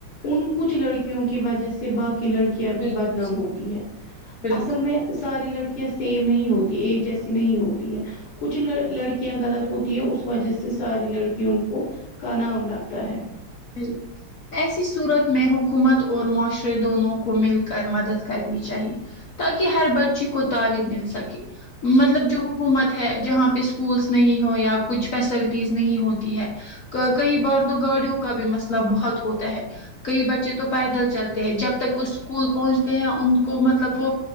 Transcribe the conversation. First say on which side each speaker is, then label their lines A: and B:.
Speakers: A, on the left (about 75°); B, on the left (about 50°).
A: ان کچھ لڑکیوں کی وجہ سے باقی لڑکی بھی
B: بالکل
A: بدنام
B: صحیح
A: ہوتی ہے
B: بالکل
A: اصل میں ساری لڑکیاں سیم نہیں ہوتی ایک جیس نہیں ہوتی ہے کچھ لڑکیاں غلط ہوتی ہے اس وجہ سے ساری لڑکیوں کو کا نام لگتا ہے
B: ہوں ایسی صورت میں حکومت اور معاشرے دونوں کو مل کر مدد کرنی چاہیے تاکہ ہر بچی کو تعلیم مل سکے مطلب جو حکومت ہے جہاں پہ اسکولس نہیں ہو یا کچھ فیسلٹیز نہیں ہوتی ہے کئی بار تو گاڑیوں کا بھی مسئلہ بہت ہوتا ہے کئی بچے تو پیدل چلتے ہیں جب تک وہ اسکول پہنچتے ہیں ان کو مطلب وہ